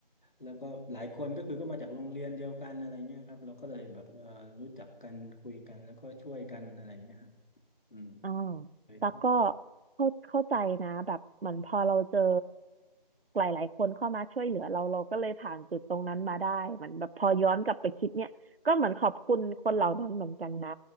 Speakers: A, on the left (about 55°); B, on the right (about 80°).
A: แล้วก็หลายคนก็คือก็มาจากโรงเรียนเดียวกันอะไรเงี้ยครับเราก็เลยแบบเอ่อรู้จักกันคุยกันแล้วก็ช่วยกันอะไรเงี้ยครับอืม
B: อ่า
A: เลยโชคดี
B: แต่ก็เข้าเข้าใจนะแบบเหมือนพอเราเจอหลายๆคนเข้ามาช่วยเหลือเราเราก็เลยผ่านจุดตรงนั้นมาได้เหมือนแบบพอย้อนกลับไปคิดเนี่ยก็เหมือนขอบคุณคนเหล่านั้นเหมือนกันนะ